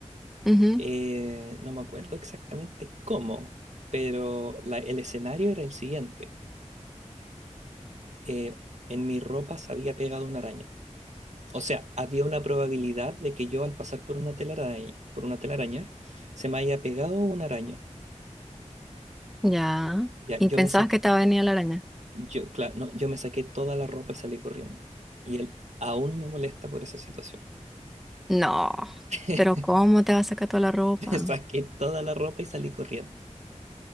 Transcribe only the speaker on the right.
eh, no me acuerdo exactamente cómo, pero la- el escenario era el siguiente. Eh, en mi ropa se había pegado una araña. O sea, había una probabilidad de que yo al pasar por una telaraña, por una telaraña, se me haya pegado una araña.
Ya,
yo
me saqué,
yo, claro, no, yo me saqué toda la ropa y salí corriendo. Y él aún me molesta por esa situación.
<laughs>
Me saqué toda la ropa y salí corriendo.